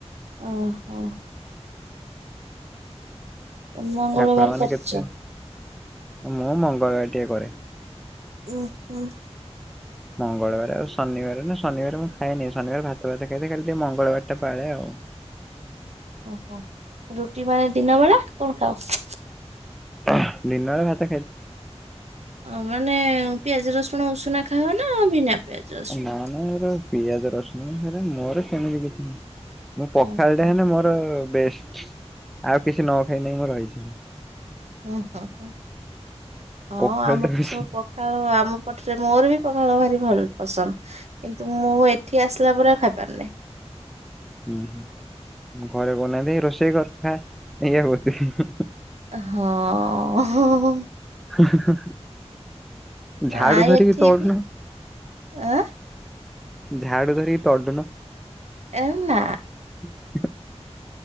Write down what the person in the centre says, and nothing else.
ଠାକୁର ମାନେ
କେତେ ମୁଁ ମଙ୍ଗଳବାର ଟିକେ କରେ।
ମଙ୍ଗଳବାର ଆଉ ଶନିବାର ନା ଶନିବାର ମୁଁ ଖାଏନି ଶନିବାର ଭାତ ଭାତ ଖାଇଦିଏ ଖାଲି ଟିକେ ମଙ୍ଗଳବାରଟା ପାଳେ ଆଉ।
ଦିନରେ ଭାତ ଖାଇଛି।
ନା ନା ଏରା ପିଆଜ ରସୁଣ ସେରା ମୋର ସେମିତି କିଛି ନାହିଁ। ମୁଁ ପଖାଳଟା
ହେଲେ ମୋର ବେଷ୍ଟ ଆଉ କିଛି ନ ଖାଇଲେ ମୁଁ ରହିଯିବି।
ପଖାଳଟା
ବେଶୀ
ଉଁ ହୁଁ ଘରେ ବନାନ୍ତି ରୋଷେଇ କଥା ଇଏ <unintelligible>
<unintelligible>
ଝାଡୁ ଧରିକି
ତଡୁନ।
ଝାଡୁ ଧରିକି ତଡୁନ।
<unintelligible>